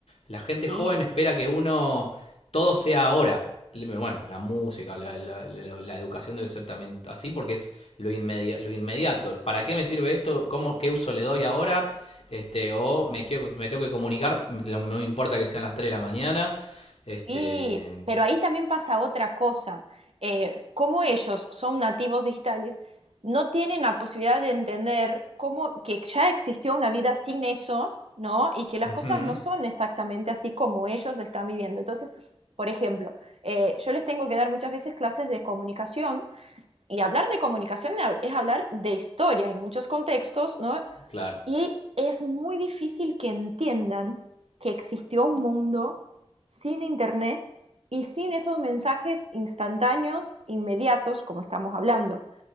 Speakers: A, on the left (about 75°); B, on the right (about 75°).
A: La gente
B: Sí.
A: joven espera que uno, todo sea ahora. Bueno, la música, la, la- la- la educación debe ser también así, porque es lo, inmedi- lo inmediato. ¿Para qué me sirve esto? ¿Cómo, ¿Qué uso le doy ahora? Este, o me, quiero- me tengo que comunicar, no me importa que sean las 3 de la mañana. Este,
B: Sí, pero ahí también pasa otra cosa. Eh, como ellos son nativos digitales, no tienen la posibilidad de entender cómo que ya existió una vida sin eso, ¿no? Y que las
A: ujú,
B: cosas no son exactamente así como ellos están viviendo. Entonces, por ejemplo, eh, yo les tengo que dar muchas veces clases de comunicación y hablar de comunicación es hablar de historia en muchos contextos, ¿no?
A: claro.
B: Y es muy difícil que entiendan que existió un mundo sin internet y sin esos mensajes instantáneos, inmediatos, como estamos hablando.